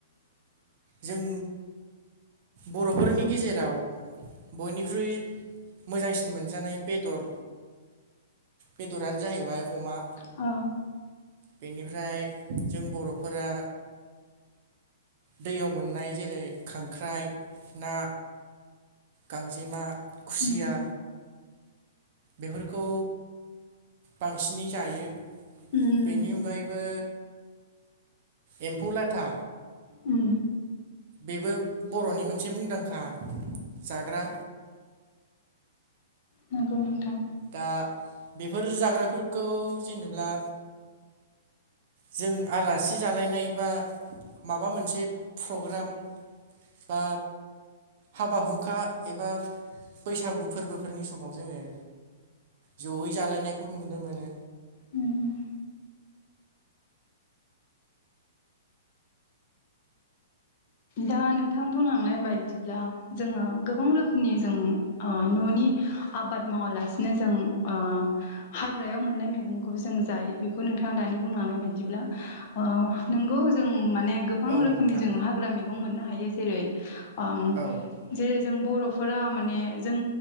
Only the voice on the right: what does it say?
जों बर'फोरनि गेजेराव बयनिख्रुइ मोजांसिन मोनजानाय बेदर बेदरानो जाहैबाय अमा।
बेनिफ्राय जों बर'फोरा दैयाव मोननाय जेरै खांख्राइ, ना, गांजेमा, खुसिया
बेफोरखौ बांसिनै जायो।
बेनि अनगायैबो एम्फौ लाथा
बेबो बर'नि मोनसे मुंदांखा जाग्रा
दा बेफोर जाग्राफोरखौ जेनेब्ला जों आलासि जालायनाय बा माबा मोनसे प्रग्राम बा हाबा हुखा एबा बैसागु फोरबोफोरनि समाव जोंङो जयै जालायनायखौ नुनो मोनो
औ
नोंथां
औ